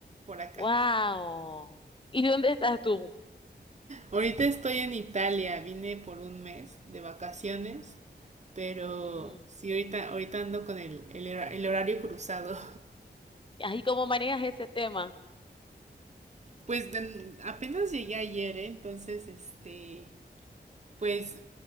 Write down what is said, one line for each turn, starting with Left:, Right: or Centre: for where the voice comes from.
Right: por acá.
Left: ¡Wow! ¿Y dónde estás tú?
Right: Ahorita estoy en Italia, vine por un mes de vacaciones, pero
Left: Ujú.
Right: sí ahorita ahorita ando con el el hora- el horario cruzado.
Left: Ay, ¿cómo manejas ese tema?
Right: Pues en- apenas llegué ayer, ¿eh? Entonces, este, pues,